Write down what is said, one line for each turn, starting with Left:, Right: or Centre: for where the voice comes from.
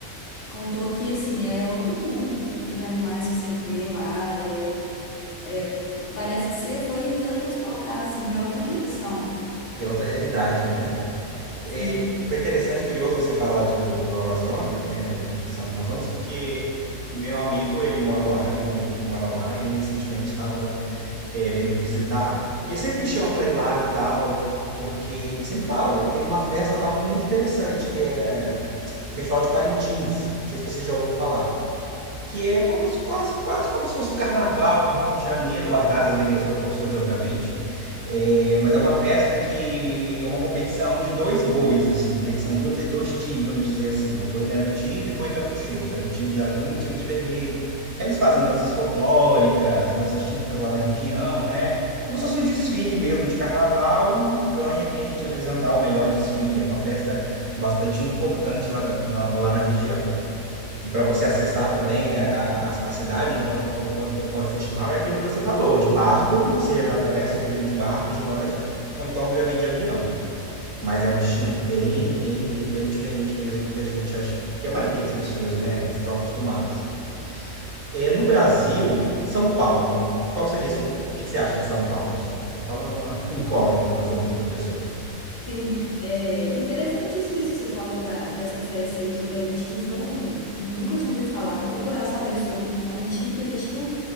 Left: Contou que, assim, é outro mundo, os animais que você vê lá, é, é- parece que você foi teletransportado, assim, para outra dimensão.
Right: É outra realidade, né?
Left: Sim,
Right: É, foi interessante, curioso você falar de- do Amazonas, né? Do estado do Amazonas, porque meu amigo, ele mora lá, tem um amigo que mora lá, e ele recentemente estava é, vem me visitar. E ele sempre me chama pra ir lá e tal, porque ele sempre fala. E tem uma festa lá muito interessante, que é o Festival de Parintins. Não sei se você já ouviu falar que é como quase, quase como se fosse o carnaval do Rio de Janeiro, guardadas as devidas proporções, obviamente. É, mas é uma festa que é uma competição de dois bois, assim, né? Que são duas, dois times, vamos dizer assim. É um boi garantido e um boi caprichoso. Aí um time de azul, e um time de vermelho. Que eles fazem danças folclóricas, danças típicas lá da região, né? Como se fosse um desfile mesmo de carnaval e ganha quem te apresentar o melhor desfile. É uma festa bastante importante lá, lá, lá na região. E para você acessar também a, a, a cidade onde ocorre, ocorre, ocorre, o festival, é aquilo que você falou: de barco, você atravessa o rio de barco, de lancha, ou então, obviamente, de avião. Mas é um destino bem, bem, bem, bem diferente mesmo do que a gente acha que a maioria das pessoas né, estão acostumadas. É, no Brasil, São Paulo, qual seria a sua. O que, que você acha de São Paulo? Assim? São Paulo é uma <laughs> incógnita, mais ou menos, para as pessoas.
Left: <laughs> sim. É interessantíssimo isso que você falou da, dessa festa aí de Parintins, não, nunca tinha ouvido falar, vou procurar saber sobre, é um destino turístico